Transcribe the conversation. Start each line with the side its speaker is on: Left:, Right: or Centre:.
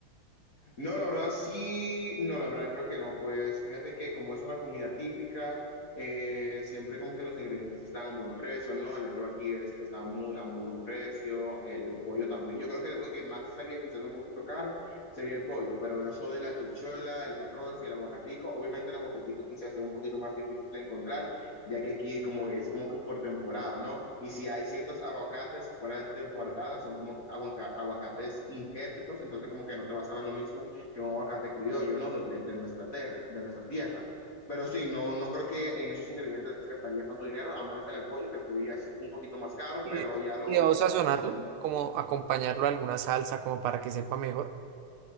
Left: No, la verdad sí, no, la verdad creo que no, pues fíjate que como es una comida típica, eh, siempre como que los ingredientes están a buen precio, ¿no? El arroz aquí es, está muy, a muy buen precio, el, el pollo también. Yo creo que lo que más salía quizás un poquito caro sería el pollo, pero eso de la habichuela, el arroz y el aguacatico, obviamente el aguacatico quizás sea un poquito más difícil de encontrar, ya que aquí como es como que por temporada, ¿no? Y si hay ciertos aguacates fuera de temporada, son como aguaca- aguacates injertos, entonces como que no te vas a ver lo mismo que un aguacate criollo, ¿no? De, de, de nuestra, tierra, de nuestra tierra. Pero sí, no, no creo que en esos ingredientes gastaría tanto dinero, a menos en el pollo, que el pollo ya es un poquito más caro,
Right: y,
Left: pero
Right: de-
Left: ya lo
Right: y debo
Left: otro
Right: sazonarlo,
Left: ¿no? se sale
Right: como acompañarlo a alguna salsa como para que sepa mejor.